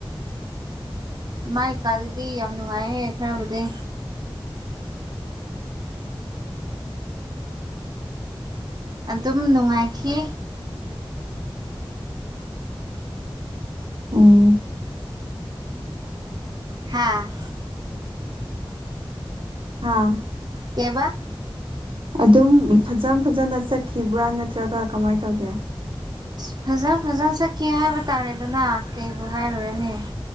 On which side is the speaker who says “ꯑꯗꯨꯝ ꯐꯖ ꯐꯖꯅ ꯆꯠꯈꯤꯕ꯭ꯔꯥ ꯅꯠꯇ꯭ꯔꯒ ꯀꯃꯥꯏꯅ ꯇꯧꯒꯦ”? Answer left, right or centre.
Right